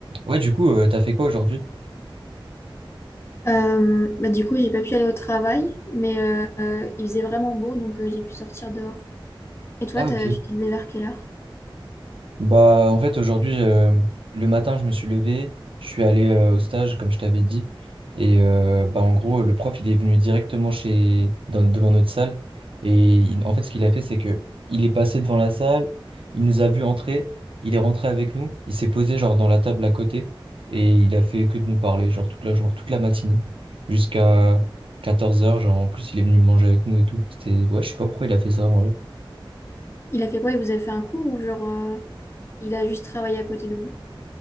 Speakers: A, on the right; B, on the left.
A: Ouais, du coup, euh, t'as fait quoi aujourd'hui?
B: Euh, bah, du coup, j'ai pas pu aller au travail, mais euh, euh, il faisait vraiment beau, donc euh, j'ai pu sortir dehors. Et toi,
A: Ah,
B: t'as-
A: ok.
B: tu t'es levé vers quelle heure?
A: Bah, en fait, aujourd'hui, euh, le matin, je me suis levé, je suis allé euh, au stage, comme je t'avais dit. Et euh, bah, en gros, le prof, il est venu directement chez... dans- devant notre salle. Et il- en fait, ce qu'il a fait, c'est que il est passé devant la salle, il nous a vu entrer, il est rentré avec nous, il s'est posé, genre, dans la table à côté. Et il a fait que de nous parler, genre, toute la journée, toute la matinée, jusqu'à 14 heures Genre, en plus, il est venu manger avec nous et tout. C'était, ouais, je sais pas pourquoi il a fait ça.
B: Il a fait quoi? Il vous a fait un coup ou genre euh, il a juste travaillé à côté de vous?